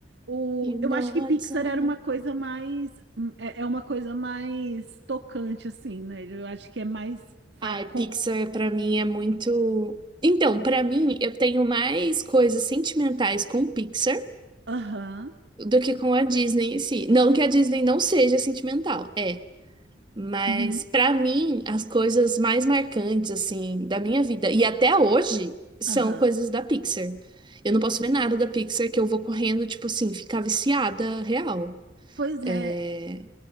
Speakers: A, on the right; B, on the right.
A: O,
B: You
A: eu
B: know
A: acho
B: what's
A: que Pixar
B: up.
A: era uma coisa mais, é é uma coisa mais tocante, assim, né? Eu acho que é mais, fa-
B: Ai,
A: com-
B: Pixar pra mim é muito. Então, pra mim, eu tenho mais coisas sentimentais com Pixar
A: Aham,
B: do que com a Disney em si. Não que a Disney não seja sentimental, é. Mas
A: uhum,
B: para mim, as coisas mais marcantes assim da minha vida e até hoje são
A: aham.
B: coisas da Pixar. Eu não posso ver nada da Pixar que eu vou correndo, tipo assim, ficar viciada real.
A: Pois é,
B: É,